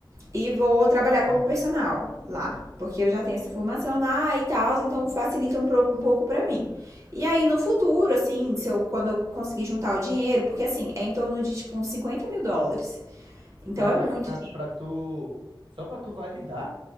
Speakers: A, on the right (about 35°); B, on the right (about 85°).
A: e vou trabalhar como personal lá, porque eu já tenho essa formação lá e tal, então facilita um, pro- um pouco pra mim. E aí no futuro, assim, se eu, quando eu conseguir juntar o dinheiro, porque assim, é em torno de tipo uns 50 mil dólares. Então
B: Caraca,
A: é muito
B: pra, pra tu. Só pra tu validar?